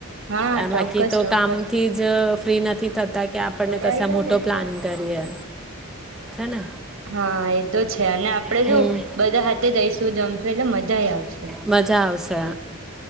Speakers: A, on the right; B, in the centre.
A: હા
B: આ બાકી
A: ચોક્કસ
B: તો
A: ચોક્કસ
B: કામથી જ ફ્રી નથી થ કે આપણને
A: ઘરે
B: કશ
A: આઈ જાવ
B: મોટો
A: પપ્પા
B: પ્લાન કરીએ. છે ને
A: હા એ તો જ. અને આપડણે
B: હમ
A: શું, બધા હાથે જઈ શું જમશો એટલે મજા આવશે.
B: મજા આવશે.